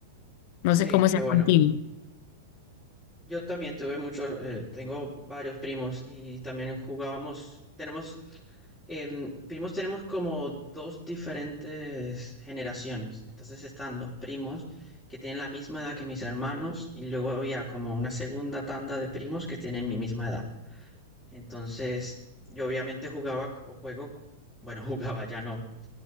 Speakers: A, on the left; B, in the centre.
A: No
B: Sí,
A: sé cómo
B: qué
A: sea
B: bueno.
A: contigo.
B: Yo también tuve muchos, eh, tengo varios primos y también jugábamos, tenemos, em, primos tenemos como dos diferentes generaciones. Entonces están los primos que tienen la misma edad que mis hermanos y luego había como una segunda tanda de primos que tienen mi misma edad. Entonces yo obviamente jugaba o juego, bueno, <laughs> jugaba ya no,